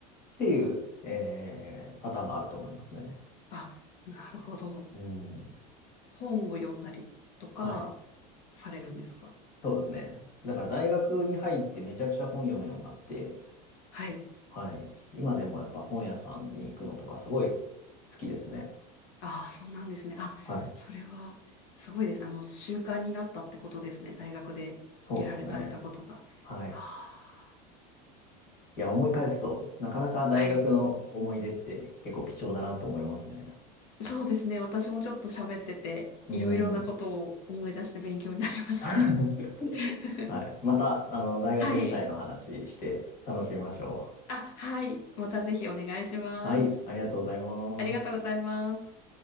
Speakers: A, on the left; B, on the left.
A: っていう、えーパターンもあると思いますね。
B: あ、なるほど。
A: うん。
B: 本を読んだりとかされるんですか
A: はい。そうですね。だから大学に入ってめちゃくちゃ本読むようになって、
B: はい。
A: はい。今でもやっぱ本屋さんに行くのとかすごい好きですね。
B: ああ、そうなんですね。あ、
A: はい。
B: それはすごいですね。あの、習慣になったってことですね。大学でやられたことが。
A: そうですね。はい。
B: あ
A: いや、思い返すと、なかなか大学の思い出って結構貴重だなと思いますね。
B: あ、はい。そうですね。私もちょっと喋ってて、
A: うん。
B: いろいろなことを思い出して勉強になりました。
A: <laughs>
B: <laughs>
A: はい。また、あの、大学時代の話して楽しみましょ
B: はい。あ、はい。またぜひお願いします。
A: う。はい。ありがとうございます。
B: ありがとうございます。